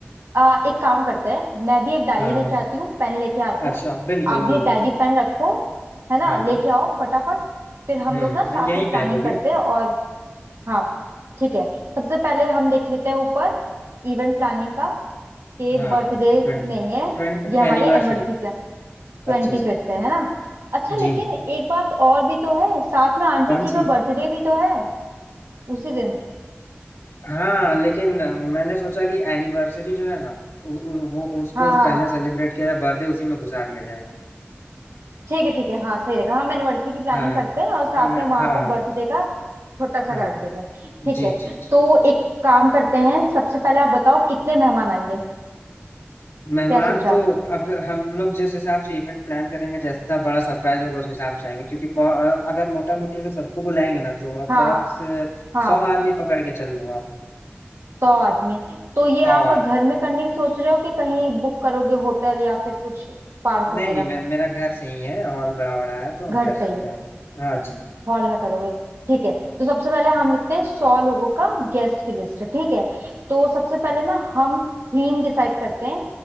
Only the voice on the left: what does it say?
हाँ
हाँ
अच्छा
बिल्कुल
बिल्कुल
हाँ
हाँ
हम्म
हम्म,
यहीं
पे है, बोलिए
हाँ
ट्वेंटी
ट्वेंटी
एनिवर्सरी
पच्चीस
जी
कौन
सी
हाँ लेकिन अ, मैंने सोचा कि एनिवर्सरी जो है ना उ, उ, वो उसको
पहले
सेलिब्रेट किया जाए बर्थडे उसी में घुसा दिया जाएगा
हाँ हाँ
हाँ मैं
हाँ
हाँ
हाँ
जी
जी
मेहमान
तो
अब हम लोग जिस हिसाब से इवेंट प्लान करेंगे जितना बड़ा सरप्राइज होगा उस हिसाब से आएंगे क्योंकि बहु- अगर मोटा मोटी अगर सबको बुलाएंगे ना तो अप्रोक्स
सौ आदमी पकड़ के चल लो आप
सौ
आदमी
नहीं
नहीं मैं मेरा घर सही है हॉल बड़ा बड़ा है तो हम
कर
सकते
हैं हाँ जी